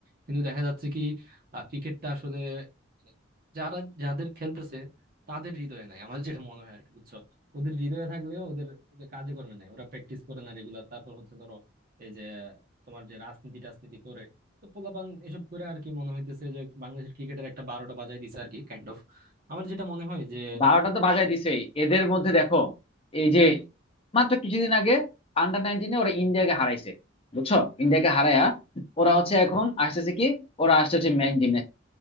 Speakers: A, on the right; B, on the left.
A: কিন্তু দেখা যাচ্ছে কি আহ, ক্রিকেটটা আসলে মানে যারা যাদের খেলতেছে তাদের হৃদয়ে নাই আমার যেটা মনে হয় আর কি বুঝছো ওদের হৃদয়ে থাকলেও ওদের ওই যে কাজে কর্মে নাই ওরা প্র্যাকটিস করে না রেগুলার তারপর হচ্ছে ধরো এই যে তোমার যে রাজনীতি টাজনীতি করে তো পোলাপান এসব করে আর কি মনে হইতেছে যে বাংলাদেশের ক্রিকেটের একটা বারোটা বাজায় দিছে আর কি কাইন্ড অফ আমার যেটা মনে হয় যে
B: বারোটা তো বাজায় দিছেই এদের মধ্যে দেখো এই যে মাত্র কিছুদিন আগে আন্ডার নাইনটিনে ওরা ইন্ডিয়াকে হারাইছে বুঝছো ইন্ডিয়াকে হারায়া ওরা হচ্ছে এখন আসতেছে কি ওরা আসছে হচ্ছে মেইন টিম